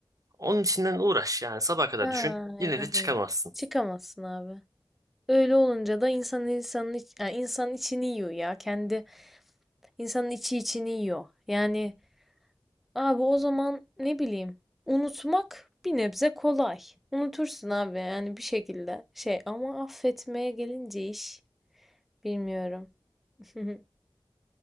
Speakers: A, on the right; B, in the centre.
A: onun içinden uğraş yani sabaha kadar
B: Aynen
A: düşün. Yine de çıkamazsın.
B: öyle. Çıkamazsın abi. Öyle olunca da insan insanın iç, yani insanın içini yiyor ya. Kendi insanın içi içini yiyor. Yani Abi o zaman ne bileyim unutmak bir nebze kolay. Unutursun abi yani bir şekilde şey ama affetmeye gelince iş bilmiyorum. <laughs>